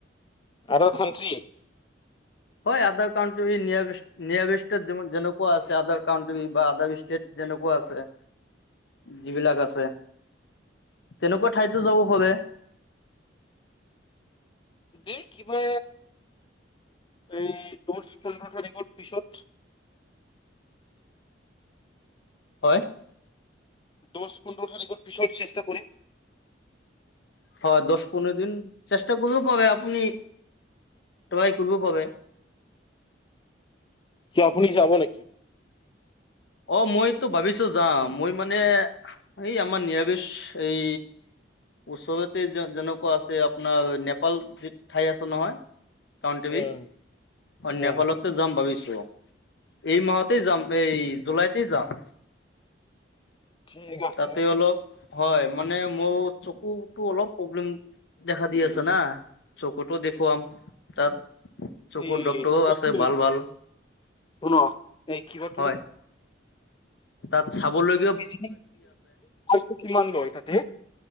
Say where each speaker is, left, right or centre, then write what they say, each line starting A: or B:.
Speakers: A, on the left; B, on the left.
A: Other country.
B: হয় আডাৰ কাৰ্নটি নিয়া নিয়াৰেষ্ট যেনেকুৱা আছে। আডাৰ কাৰ্ণটি বা আডাৰ ষ্টেট যেনেকুৱা আছে। যিবিলাক আছে, তেনেকুৱা ঠাইতো যাব পাৰে।
A: দেই কিবা, এই দহ পোন্ধৰ তাৰিখৰ পিছত।
B: হয়।
A: দহ পোন্ধৰ তাৰিখ পিছত চেষ্টা কৰিম।
B: হয় দহ পোন্ধৰ দিন চেষ্টা কৰিব পাৰে আপুনি ট্ৰাই কৰিব পাৰে।
A: কি আপুনি যাব নেকি?
B: অ, মইতো ভাবিছো যাম, মই মানে এই আমাৰ নিৰামিষ এই। ওচৰতে যে যেনেকুৱা আছে আপোনাৰ নেপাল যি ঠাই আছে নহয়। কাউনট্ৰী
A: উম
B: নেপালত।
A: উম
B: যাম ভাবিছো, এই মাহতেই যাম এই। জুলাইতে যাম।
A: ঠিক আছে
B: তাতে অলপ, হয়, মানে মোৰ চকুতো অলপ প্ৰব্লেম। দেখা দি আছে না, চকুতো দেখোম তাত। চকুৰ
A: এই
B: ডক্তৰও
A: কিবাটো
B: আছে ভাল ভাল,
A: শুনক এই কিবাটো
B: হয়। তাত চাবলৈ।
A: <unintelligible> টো কিমান লয় তাতে।